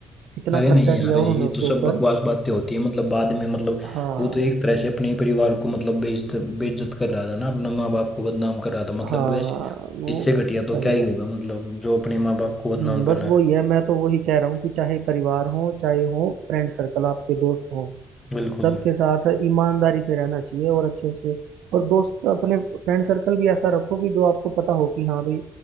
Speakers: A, on the right; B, on the left.
A: इतना
B: अरे
A: खर्चा
B: नहीं यार
A: किया
B: ये
A: उन्होंने उसके
B: तो सब
A: ऊपर
B: बकवास बातें होती है मतलब बाद में मतलब
A: हाँ
B: वो तो एक तरह से अपने ही परिवार को मतलब बेइज्जत बेइज्जत कर रहा था ना अपना माँ बाप को बदनाम कर रहा था मतलब
A: हाँ
B: वैसे
A: वो
B: इससे घटिया तो
A: सही
B: क्या ही
A: बात
B: होगा
A: है
B: मतलब जो अपने माँ बाप को बदनाम
A: हम्म,
B: कर
A: बस
B: रहा
A: वो
B: है
A: ये मैं तो वही कह रहा हूँ कि चाहे परिवार हो चाहे हो फ्रेंड सर्कल आपके दोस्त हो
B: बिल्कुल
A: सबके साथ ईमानदारी से रहना चाहिए और अच्छे से और दोस्त अपने फ्रेंड सर्कल भी ऐसा रखो कि जो आपको पता हो कि हाँ भाई